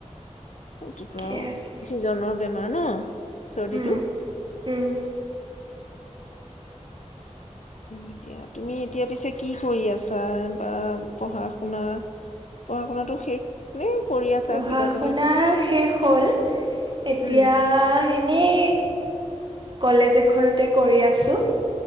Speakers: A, on the left; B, on the right.
A: এইটোতো
B: ঠিকে
A: আৰু
B: আছে।
A: চিজনৰ বেমাৰ নে? চৰ্দিটো?
B: উম, উম,
A: এতিয়া তুমি এতিয়া পিছে কি কৰি আছা বা পঢ়া শুনা পঢ়া শুনাাতটো শেষ নে কৰি আছা
B: পঢ়া
A: কিবা কিবি?
B: শুনা শেষ হ'ল এতিয়া
A: উম,
B: এনেই কলেজ এখনতে কৰি আছোঁ।